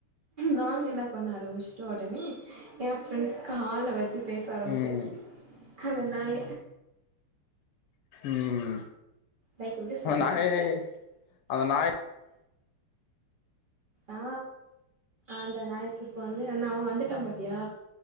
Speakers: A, on the right; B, on the left.
A: நாங்க என்னா பண்ண ஆரம்பிச்சுட்டோ ஒடனே ஏ ஃபிரண்ஸ் கால வச் சு பேச ஆரம்பிச்சுசு
B: ம்
A: அந்த நாய
B: ம்
A: லைக் எப்டி
B: அந்த
A: சொல்றதுக்கு
B: நாயே அந்த நாய்
A: ஆ அந்த நாய்க்கி இப்ப வந்து அண்ணா அவ வந்துட்டா பாத்தியா